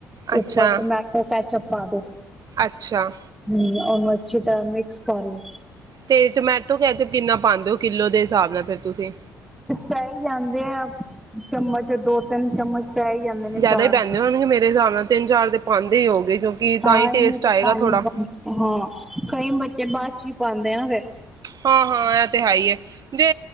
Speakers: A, on the right; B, in the centre.
A: ਅੱਛਾ
B: ਉਪਰ ਟਮੈਟੋ ਕੈਚਅਪ ਪਾ ਦੋ
A: ਅੱਛਾ
B: ਉਹ ਨੂੰ ਅੱਛੀ ਤਰ੍ਹਾ ਮਿਕਸ ਕਰ ਲੋ।
A: ਤੇ ਟਮੈਟੋ ਕੈਚਅਪ ਕਿੰਨਾ ਪਾਂਦੇ ਹੋ ਕਿੱਲੋ ਦੇ ਹਿਸਾਬ ਨਾਲ ਫਿਰ ਤੁਸੀਂ
B: ਪੈ ਹੀ ਜਾਂਦੇ ਆ ਚਮਚ ਦੋ ਤਿੰਨ ਚਮਚ ਪੈ ਹੀ ਜਾਂਦੇ ਨੇ
A: ਜ਼ਿਆਦਾ
B: ਚਾਰ
A: ਹੀ ਪੈਂਦੇ ਹੋਣਗੇ ਮੇਰੇ ਹਿਸਾਬ ਨਾਲ ਤਿੰਨ ਚਾਰ ਦੇ ਪਾਉਂਦੇ ਹੀ ਹੋਗੇ ਕਿਉਂਕਿ ਤਾਂ
B: ਹਾਂ
A: ਹੀ ਟੇਸਟ
B: ਇਨੀ ਤਾਂ
A: ਆਏਗਾ
B: ਪਾਣੀ
A: ਥੋੜਾ
B: ਹਾਂ ਕਈ ਬੱਚੇ ਬਾਅਦ ਚ ਪਾਂਦੇ ਆ ਫਿਰ
A: ਹਾਂ ਹਾਂ ਇਹ ਤੇ ਹੈ ਹੀ ਹੈ ਜੇ